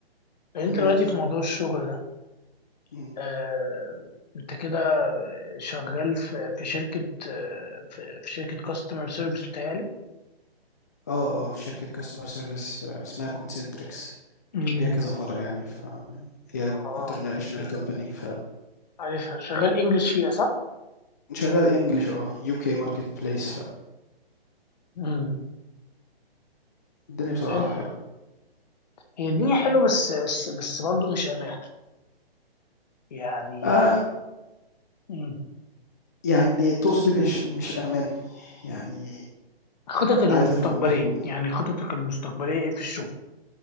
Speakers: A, on the left; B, on the left.
A: انت
B: اهم،
A: دلوقتي في موضوع الشغل ده
B: إمم،
A: آه... انت كده شغال في في شركة آه، في في شركة كاستمر سيرفيس بتهيألي
B: آه، آه، في شركة customer service آه، اسمها concentrix
A: امم
B: ليها كذا فرع يعني، فهي
A: اه آه،
B: international company ف
A: عارفها شغال انجلش فيها صح؟
B: شغال English آه، UK marketplace
A: امم
B: فالدنيا بصراحة
A: حلو
B: حلوة.
A: هي الدنيا حلوة بس بس بس برضه مش أمان يعني
B: آآ
A: مم.
B: يعني تقصد إيه مش مش أمان؟ يعني
A: خططك المستقبلية
B: عايز أفهم برضه منّك.
A: يعني خططك المستقبلية إيه في الشغل؟